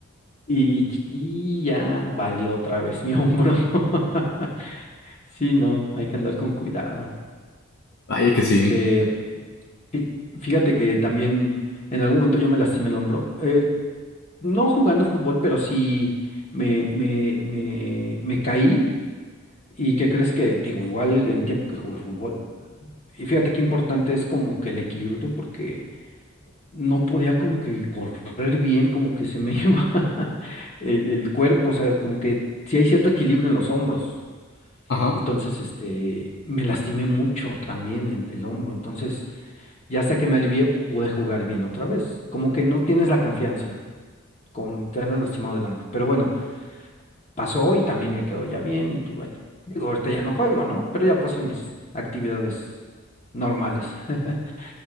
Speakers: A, on the left; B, on the left.
A: Y, y- y ya valió otra vez mi hombro. <laughs> Sí, no, hay que andar con cuidado.
B: Vaya que
A: Este,
B: sí.
A: fí- fíjate que también en algún momento yo me lastimé el hombro, eh, no jugando fútbol, pero sí me, me, me, me caí ¿Y qué crees que, digo, igual en el tiempo que jugué fútbol? Y fíjate qué importante es como que el equilibrio, porque no podía como que correr bien, como que se me <laughs> iba el, el cuerpo, o sea, como que sí hay cierto equilibrio en los hombros.
B: Ajá.
A: Entonces, este, me lastimé mucho también el, el hombro. Entonces, ya hasta que me alivié, pude jugar bien otra vez. Como que no tienes la confianza, con, te andas lastimado del hombro. Pero bueno, pasó y también me quedó ya bien y pues bueno, digo, ahorita ya no juego, ¿no? Pero ya puedo hacer mis actividades normales, <laughs>